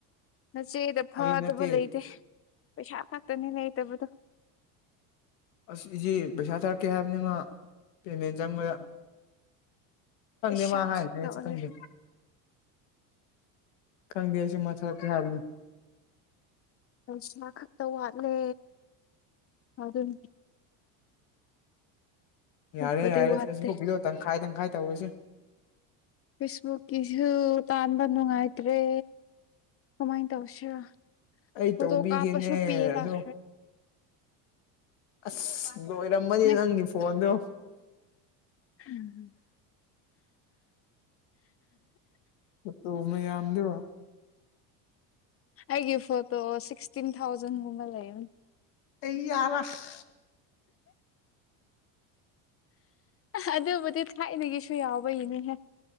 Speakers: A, on the left; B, on the left.
A: ꯅꯆꯦꯗ ꯐꯥꯗꯕ
B: ꯐꯥꯒꯤ ꯅꯠꯇꯦ
A: ꯂꯩꯇꯦ ꯄꯩꯁꯥ ꯈꯛꯇꯅꯤ ꯂꯩꯇꯕꯗꯣ
B: ꯑꯁ ꯏꯁꯤ ꯄꯩꯁꯥ ꯊꯥꯔꯛꯀꯦ ꯍꯥꯏꯕꯅꯤꯅ ꯄꯦꯃꯦꯟ ꯆꯪꯕꯗ ꯈꯪꯗꯦ
A: ꯄꯩꯁꯥ
B: ꯃꯥ ꯍꯥꯏ
A: ꯈꯛꯇ
B: ꯍꯥꯏꯁꯨ
A: ꯑꯣꯏꯔꯦ
B: ꯈꯪꯗ ꯈꯪꯗꯦ ꯃꯊꯔ ꯀ ꯍꯥꯔꯅ
A: ꯄꯩꯁꯥ ꯈꯛꯇ ꯋꯥꯠꯂꯦ ꯑꯗꯨꯝ ꯑꯇꯣꯞꯄꯗꯤ
B: ꯌꯥꯔꯦ ꯌꯥꯔꯦ
A: ꯋꯥꯠꯇꯦ
B: ꯐꯦꯁꯕꯨꯛꯀꯤꯗꯣ ꯇꯪꯈꯥꯏ ꯇꯪꯈꯥꯏ ꯇꯧꯔꯁꯤꯦ
A: ꯐꯦꯁꯕꯨꯛꯀꯤꯁꯨ ꯇꯥꯟꯕ ꯅꯨꯡꯉꯥꯏꯇ꯭ꯔꯦ ꯀꯃꯥꯏꯅ ꯇꯧꯁꯤꯔ
B: ꯑꯩ
A: ꯍ
B: ꯇꯧꯕꯤꯒꯦꯅꯦ
A: ꯇ ꯀꯥ ꯄꯁꯨ ꯄꯤ ꯂꯥꯛ
B: ꯑꯗꯣ ꯑꯁ ꯂꯣꯏꯔꯝꯃꯅꯤ
A: ꯅꯦ
B: ꯅꯪꯒꯤ ꯐꯣꯟꯗꯣ
A: ꯎꯝ
B: ꯐꯠꯇ ꯎ ꯃꯩꯑꯗ ꯋꯥ
A: ꯑꯩꯒꯤ ꯐꯣꯇꯣ ꯁꯤꯛꯁꯇꯤꯟ ꯊꯥꯎꯖꯟꯒꯨꯝꯕ ꯂꯩ
B: ꯑꯩꯌꯥꯔꯐ
A: ꯑꯗꯨꯕꯨꯗꯤ ꯊꯥꯏꯅꯒꯤꯁꯨ ꯌꯥꯎꯕ ꯏꯅꯦꯍꯦ